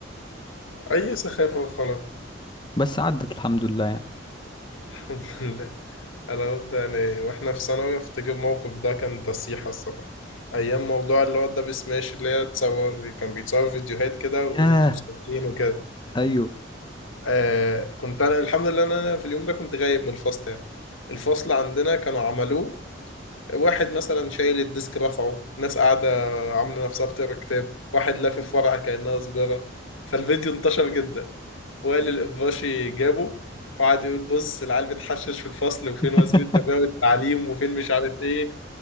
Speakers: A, on the left; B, on the left.
A: اي سخافه وخلاص
B: بس عدت الحمد لله يعني
A: <laughs> الحمد لله انا قلت يعني واحنا في ثانوي افتكر موقف ده كان تصيحه الصراحه ايام موضوع اللي هو الدبل سماش اللي هي تصور كان بيتصور فيديوهات كده
B: ياه
A: وانتوا ساكتين وكده
B: ايوه
A: آه كنت انا الحمد لله ان انا في اليوم ده كنت غايب من الفصل يعني الفصل عندنا كانوا عملوه واحد مثلا شايل الديسك رفعه ناس قاعده عامله نفسها بتقرا كتاب واحد لافف ورقه كانها سجاره فالفيديو انتشر جدا وائل القباشي جابه وقعد يقول بص العيال بتحشش في الفصل
B: <laughs>
A: وفين وزير التربيه والتعليم وفين مش عارف ايه